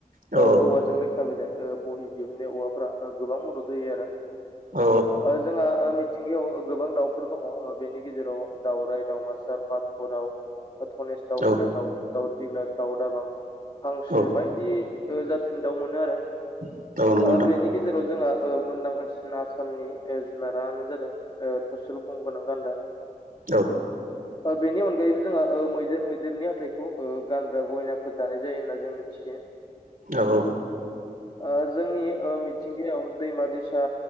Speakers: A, on the right; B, on the left.
A: औ
B: ओ औवाजों लेखा बिलाइ ओ बहि दिहुननायाव औवाफोरा ओ गोबां मदद होयो आरो
A: औ
B: ओ जोंहा ओ मिथिंगायाव ओ गोबां दाउफोर दङ' ओ बेनि गेजेराव दाउराय दावमासार बाथ' दाव बा धनेस दाउमैना
A: औ
B: दाउथु दाउ दिग्ला दाउ दाबां हांसो
A: औ औ
B: बायदि ओ जाथोनि दाउ मोनो आरो
A: औ नंगौ
B: ओ
A: नोंथां
B: बेनि गेजेराव जो जोंहा ओ मुंदांखासिन आसामनि ओजुनारानो जादों ओ थसेल' गं गोनां गान्दा
A: औ
B: ओ बेनि अनगायैबो जोंहा ओ मैदेर मैदेरनि हाथाइखौ ओ गानद्रा गहेनाफोर दानाय जायो होनना जों मिथि थियो
A: औ औ
B: ओ जोंनि ओ मिथिंगायाव दैमा-दैसा